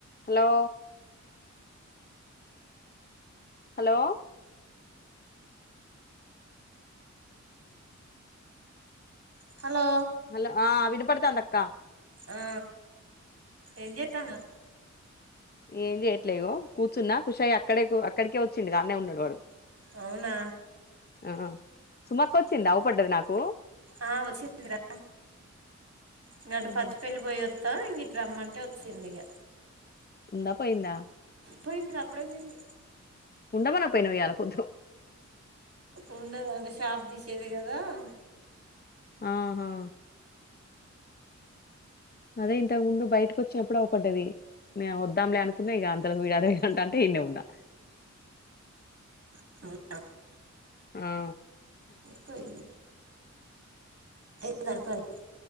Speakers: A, on the left; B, on the right.
A: హలో హలో
B: హలో
A: హలో ఆ అవి పప్పడతాంది అక్కా
B: అ ఎం జేతాను
A: ఏం చేయట్లేగో కూర్చున్నా ఖుష అయి అక్కడే అక్కడికే వచ్చిండు అడినే ఉన్నాడు వాడు
B: అవునా
A: ఆ సుమక్క వచ్చింది అవుపడ్డది నాకు
B: ఆ వచ్చిందిరా ఇంకాటి
A: ఆహా
B: పచ్చి పెళ్లి పోయస్తా ఇ రమ్మంటే వచ్చింది ఇక
A: ఉందా పోయిందా
B: పోయింది అప్పుడే పోయింది
A: ఉండమన పోయినవ వాలళ పొ
B: ఉండద అంటే షాప్ తీసేది కదా ఆ
A: ఆహా అదే ఇంతకు ముందు బయటకి వచ్చినప్పుడు అవ్వ పడ్డది నే వద్దాంలే అనుకున్నా ఇక అంతలకు వడాద ఉంటా అంటే ఇన్న ఉన్నా
B: అ
A: ఆ
B: పోయి ఎ తర్కడి